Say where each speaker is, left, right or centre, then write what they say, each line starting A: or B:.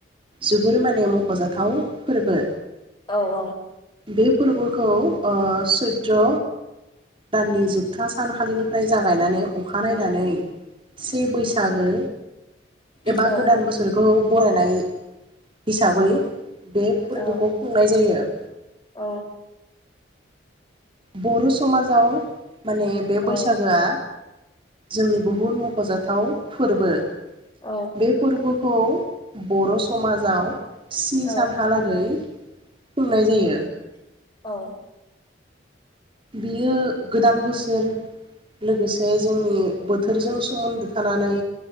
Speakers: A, on the right; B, on the left.
A: जोबोर माने मखजाथाव फोरबो
B: औ औ
A: बे फोरबोखौ ओ सैत्र दाननि जोबथा सानखालिनिफ्राय जागायनानै अखा नायनानै से बैसो आगो एबा
B: औ
A: गोदान बोसोरखौ बरायनाय हिसाबै बे फोरबोखौ
B: औ
A: खुंनाय जायो ।
B: औ
A: बर' समाजाव माने बे
B: औ
A: बैसागोआ जोंनि बहुत मखजाथाव फोरबो ।
B: औ
A: बे फोरबो फौ बर समाजाव स्नि
B: औ
A: सानहालागै खुंनाय नाय जायो ।
B: औ ।
A: बियो गोदान बोसोर लोगोसे जोंनि बोथोरजों सोमोन्दो थानानै